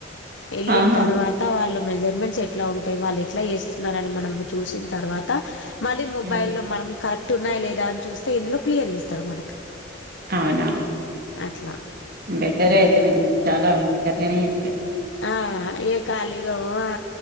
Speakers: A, on the left (about 75°); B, on the right (about 50°).
A: వెళ్ళిన
B: ఆహా
A: తర్వాత వాళ్ళ మెజర్మెంట్స్ ఎట్లా ఉంటాయి వాళ్ళు ఎట్లా చేస్తున్నారుని మనం చూసిన తర్వాత మళ్ళీ మొబైల్ల్లో
B: ఉహు.
A: మనం కరెక్ట్ పట్టు ఉన్నాయి లేదా అని చూస్తే ఇందులో క్లియర్ ఇస్తాడు మనకు
B: అవునా
A: అట్లా
B: బెటరే ఐతే మరి చాలా బెటర్ గానే చేస్తారు
A: ఆ ఏ కళీగ ఆ